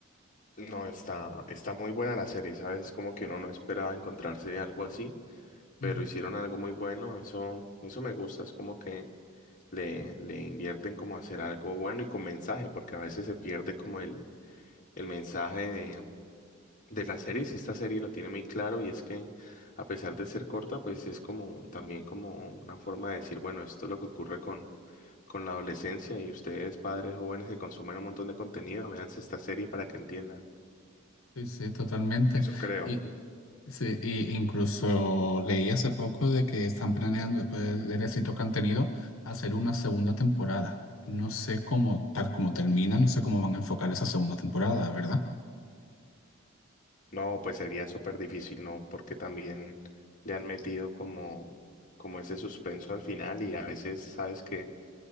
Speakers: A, on the left (about 35°); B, on the left (about 70°).
A: No, está, está muy buena la serie, ¿sabes? Como que uno no esperaba encontrarse algo así. pero
B: Ujú.
A: hicieron algo muy bueno, eso, eso me gusta, es como que le, le invierten como a hacer algo bueno y con mensaje, porque a veces se pierde como el, el mensaje de, de la serie, si esta serie lo tiene muy claro y es que a pesar de ser corta, pues es como también como una forma de decir, bueno, esto es lo que ocurre con, con la adolescencia y ustedes padres jóvenes que consumen un montón de contenido, véanse esta serie para que entiendan.
B: Sí, sí, totalmente.
A: Eso creo.
B: Y, sí, y incluso leí hace poco de que están planeando, después del del éxito que han tenido, hacer una segunda temporada. No sé cómo, tal como termina, no sé cómo van a enfocar esa segunda temporada, ¿verdad?
A: No, pues sería súper difícil, ¿no? Porque también le han metido como, como ese suspenso al final y a veces, sabes que